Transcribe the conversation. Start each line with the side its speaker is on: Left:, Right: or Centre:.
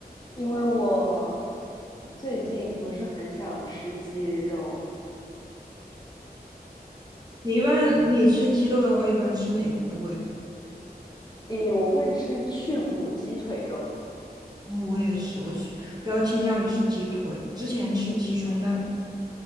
Left: 因为我最近不是很想吃鸡肉。
Right: 你一般你吃鸡肉的话，一般吃哪个部位？
Left: 诶，我会吃去骨鸡腿肉，
Right: 哦，我也是，我去比较倾向于吃鸡腿，之前吃鸡胸，但